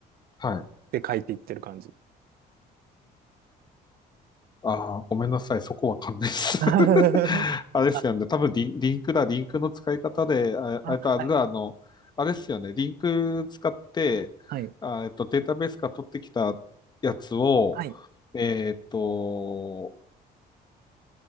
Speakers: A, on the left; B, on the right.
A: はい。
B: で書いていってる感じ。
A: ああ、ごめんなさい。そこわかんないです。<laughs>
B: <laughs>
A: あれですよね。
B: あ、
A: 多分リン、リンクだ。リンクの使い方で、ああれとあれだ、
B: あはい、
A: あの、あれですよね。リンク使って、
B: はい、
A: あ、えっと、データベースから取ってきたやつを、
B: はい。
A: えっと、